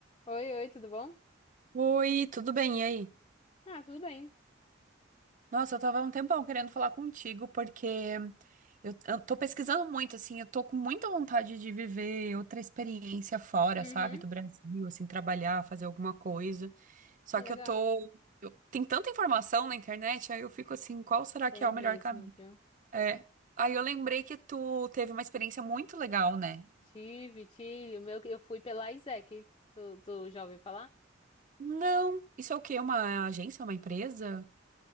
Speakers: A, on the left; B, on the right.
A: Oi, oi, tudo bom?
B: Oi, tudo bem? E aí?
A: Ah, tudo bem.
B: Nossa, eu tava há um tempão querendo falar contigo, porque eu, eu tô pesquisando muito, assim, eu tô com muita vontade de viver outra experiência fora,
A: Uhum.
B: sabe, do Brasil, assim, trabalhar, fazer alguma coisa. Só
A: Ah, legal.
B: que eu tô. eu- tem tanta informação na internet, aí eu fico assim, qual será
A: Tem
B: que é o
A: mesmo,
B: melhor caminho?
A: viu?
B: É. Aí eu lembrei que tu teve uma experiência muito legal, né?
A: Tive, tive. O meu, eu fui pela Isaac. Tu, tu já ouviu falar?
B: Não, isso é o quê? Uma agência, uma empresa?